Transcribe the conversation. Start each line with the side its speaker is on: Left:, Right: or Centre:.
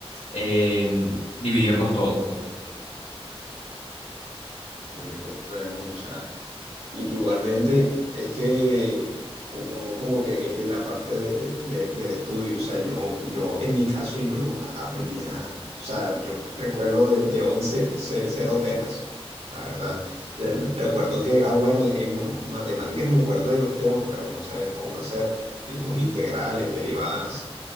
Left: em, dividirnos todo.
Right: qué problema, o sea. Y- Igualmente, es que uno como que e, en la parte de- de- de- del estudio, o sea, yo, yo en mi caso yo no aprendía nada. O sea, yo recuerdo de, de 11, ce- cero temas, la verdad. Re- Recuerdo que, ah, bueno, en ma- matemáticas me acuerdo de los temas, pero no sabía cómo hacerlo. Dimos integrales, derivadas